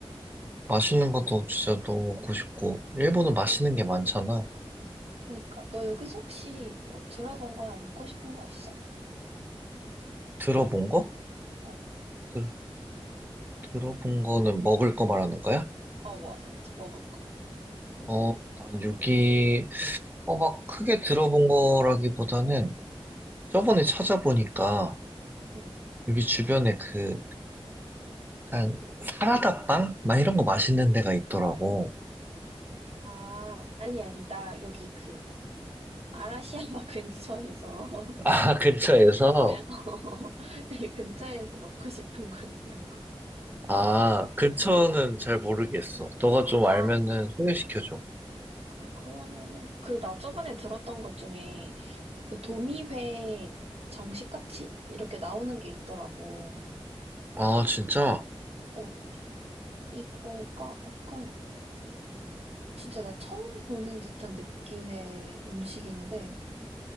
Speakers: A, on the right; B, on the right.
A: 맛있는 것도 진짜 너무 먹고 싶고. 일본은 맛있는 게 많잖아.
B: 그니까, 너 여기서 혹시 뭐 들어본 거나 먹고 싶은 거 있어?
A: 들어본 거?
B: 어,
A: 들, 들어본 거는 먹을 거 말하는 거야?
B: 어, 맞아, 맞아. 먹을 거.
A: 어, 난 여기, 어, 막 크게 들어본 거라기보다는 저번에 찾아보니까
B: 응.
A: 여기 주변에 그 약간 사라다빵? 막 이런 거 맛있는 데가 있더라고.
B: 아, 아니, 아니, 나 여기 그 아라시야마 근처에서 <laughs>
A: 아, <laughs> 근처에서?
B: 어, 이 근처에서 먹고 싶은 거 있냐고.
A: 아, 근처는 잘 모르겠어. 너가 좀
B: 아,
A: 알면은 소개시켜줘.
B: 아, 그러면은 그 나 저번에 들었던 것 중에 그 도미회 정식같이 이렇게 나오는 게 있더라고.
A: 아, 진짜?
B: 어, 이거가 약간 진짜 나 처음 보는 듯한 느낌의 음식인데